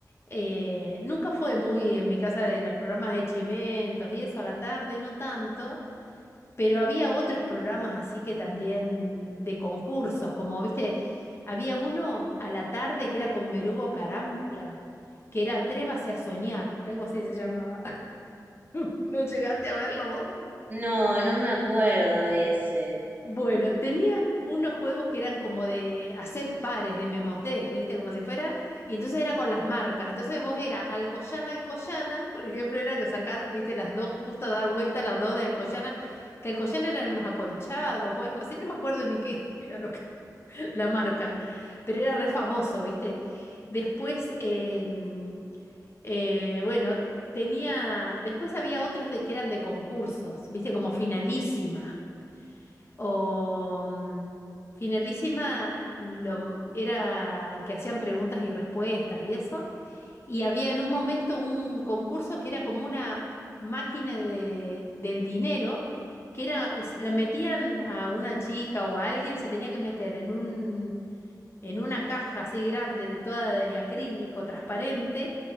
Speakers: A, on the left; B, on the right.
A: eh, nunca fue muy en mi casa de los programas de chimentos y eso a la tarde, no tanto. Pero había otros programas así que también de concursos, como viste, había uno a la tarde que era con Berugo Carámbula, que era Atrévase a soñar, algo así se llamaba. <laughs> ¿No llegaste a verlo vos?
B: No, no me acuerdo de ese.
A: Bueno, tenía unos juegos que eran como de hacer pares, de memotest, ¿viste? Como si fuera. Y entonces era con las marcas. Entonces vos era Alcoyana, Alcoyana. Por ejemplo, era que sacar, ¿viste? Las dos, justo dar vuelta a las dos de Alcoyana. Que Alcoyana eran unos acolchados o algo así. No me acuerdo ni qué <laughs> era lo que, la marca. Pero era re famoso, ¿viste? Después, em, eh, bueno, tenía. Después había otros de que eran de concursos, ¿viste? Como finalísima. O mm, Finalísima lo m- era que hacían preguntas y respuestas y eso. Y había en un momento un concurso que era como una máquina de, del dinero, que era, es- la metían a una chica o a alguien, se tenía que meter en un, en una caja así grande, de toda de, de acrílico, transparente,